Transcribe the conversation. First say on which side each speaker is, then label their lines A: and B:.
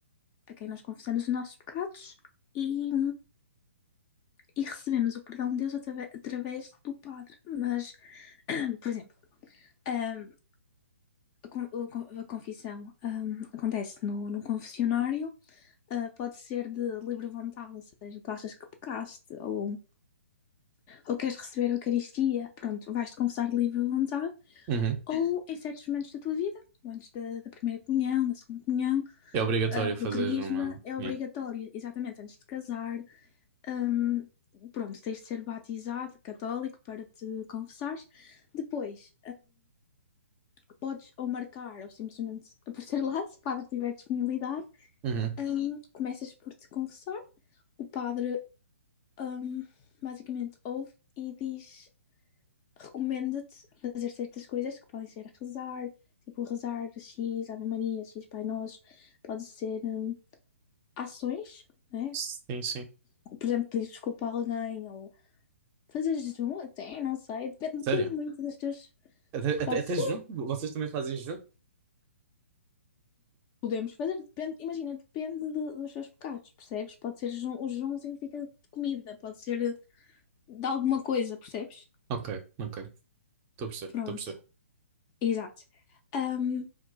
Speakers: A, on the left; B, on the right.
A: a quem nós confessamos os nossos pecados e, e recebemos o perdão de Deus através, através do padre. Mas, <clears throat> por exemplo. hum, a, con- a confissão ahm, acontece no, no confessionário, ah, pode ser de livre vontade, ou seja, tu achas que pecaste ou, ou queres receber a Eucaristia, pronto, vais-te confessar de livre vontade,
B: uhum.
A: ou em certos momentos da tua vida, antes da, da primeira comunhão, da segunda comunhão,
B: É obrigatório
A: ah,
B: fazeres
A: do crisma,
B: uma.
A: é obrigatório,
B: Yeah.
A: exatamente, antes de casar, ahm, pronto, tens de ser batizado católico para te confessares. Depois, podes ou marcar ou simplesmente aparecer lá, se o padre tiver disponibilidade.
B: Uhum.
A: Hum, começas por te confessar, o padre hum, basicamente ouve e diz, recomenda-te fazer certas coisas que podem ser rezar, tipo rezar X Ave Maria, X Pai Nosso, pode ser hum, ações, né?
B: Sim, sim.
A: por exemplo, pedir desculpa a alguém ou fazer jejum até, não sei, depende,
B: Sério?
A: depende muito das tuas.
B: Até,
A: Pode
B: até, até
A: ser
B: jejum? Vocês também fazem jejum?
A: Podemos fazer, depende, imagina, depende de- dos seus pecados, percebes? Pode ser jejum, o jejum significa de comida, pode ser de alguma coisa, percebes?
B: Ok, ok. Estou a perceber,
A: Pronto,
B: estou a perceber.
A: exato. Ahm,